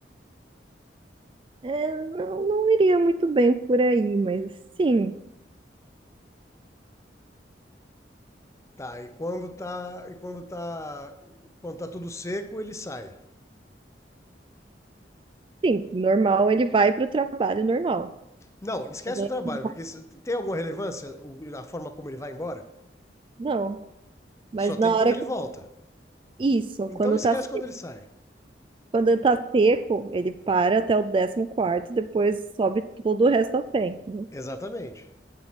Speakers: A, on the right (about 30°); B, on the left (about 15°).
A: É, não, não iria muito bem por aí, mas sim,
B: Tá, e quando tá, e quando tá, quando tá tudo seco, ele sai.
A: sim, normal, ele vai para o trabalho normal.
B: Não, esquece
A: Mas é-
B: o trabalho, porque tem alguma relevância a forma como ele vai embora?
A: Não, mas
B: Só tem
A: na
B: quando
A: hora
B: ele
A: que...
B: volta.
A: Isso,
B: Então
A: quando
B: esquece
A: tá seco,
B: quando ele sai.
A: quando tá seco, ele para até o décimo quarto, depois sobe todo o resto a pé, entendeu?
B: Exatamente.